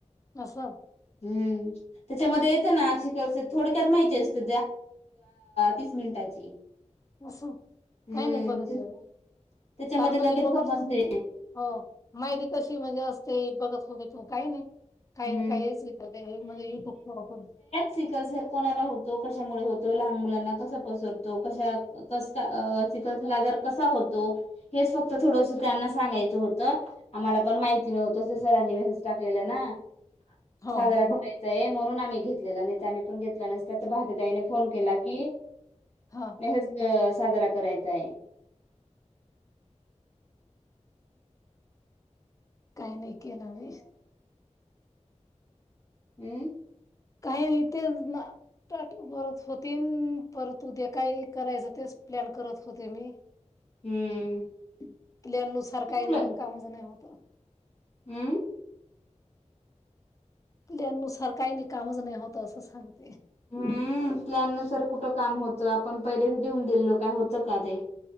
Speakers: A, on the left (about 25°); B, on the left (about 60°).
A: असस.
B: हम्म त्याच्या मध्ये येतं ना. थोडक्यात माहिती असते तीस मिनिटाची.
A: असं
B: हम्म
A: काही नाही बघितलं
B: ते
A: नाही
B: त्याच्यामध्ये
A: काल बघत.
B: लगेच समजते
A: हो माहिती कशी म्हणजे असते बघतं बघतं काही नाही. काही
B: हम्म
A: ना कायचं युट्यूब <inaudible> थोण
B: सिकल सर कोणाला होतो कशामुळे होतो लहान मुलांना कसा पसरतो कश्या कसं का चिखल आजार कसा होतो. हेच फक्त थोडंसं त्यांना सांगायचं होतं. आम्हाला पण माहिती नव्हतं ते सरांनी म टाकलेलं ना
A: हो
B: साजरा करायचाय म्हणून आम्ही घेतलेला नाही तर आम्ही पण घेतला नस त्यात बहताईने फोन केला की
A: हा
B: मेसेज साजरा करायचा आहे
A: काही नाही केलं म
B: हम्
A: काही येते तेचं. भरत होते परत उद्या काय करायचं तेच प्लॅन करत होते मी
B: हम्म
A: थकल्या नुसार
B: ती
A: काही
B: मुलं
A: नाही गं कामाचं नाही होत.
B: हम्म
A: आपल्या नुसार काही नाही कामचं नाही होतं असं सांगते.
B: हम्म प्लॅन नुसार कुठं काम होतं आपण पहिलेचं लिहून दिलं काय होतं का ते